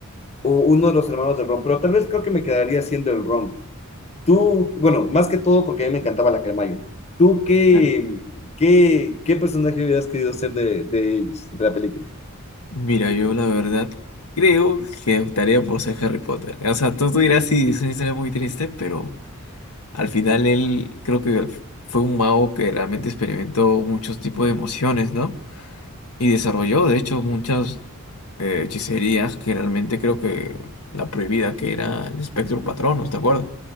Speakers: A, on the left; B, on the left.
A: o uno de los hermanos del Ron, pero tal vez creo que me quedaría siendo el Ron. Tú, bueno, más que todo porque a mí me encantaba la Hermione. ¿Tú qué,
B: Ah.
A: qué, qué personaje hubieras querido ser de, de ellos, de la película?
B: Mira, yo la verdad creo que optaría por ser Harry Potter. O sea, tú, tú dirás, sí, es una historia muy triste, pero al final él creo que al- fue un mago que realmente experimentó muchos tipos de emociones, ¿no? Y desarrolló, de hecho, muchas eh, hechicerías que realmente creo que la prohibida que era el espectro Patronus, ¿te acuerdas?